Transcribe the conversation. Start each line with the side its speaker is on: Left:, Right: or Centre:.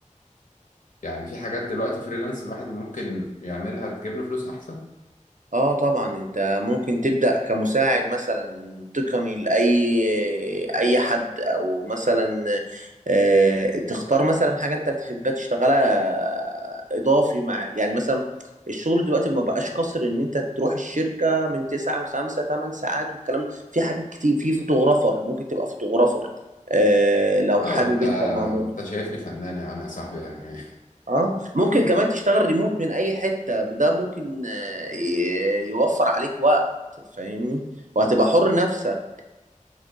Left: يعني في حاجات دلوقتي فريلانس الواحد ممكن يعملها تجيب له فلوس احسن
Right: اه طبعا انت ممكن تبدأ كمساعد مثلا تقني لأي اي حد او مثلا آه، تختار مثلا حاجة انت بتحبها تشتغلها اضافي مع يعني مثلا الشغل دلوقتي ما بقاش قصر ان انت تروح الشركة من 9 ل 5 8 ساعات والكلام ده في حاجات كتير في فوتوغرافر ممكن تبقى فوتوغرافر آه، لو
Left: اه
Right: حابب
Left: وانت
Right: انت الموضوع
Left: وانت شايفني فنان يعني يا صاحبي يعني
Right: اه ممكن كمان تشتغل ريموت من اي حتة ده ممكن آه، ي- يوفر عليك وقت فاهمني وهتبقى حر نفسك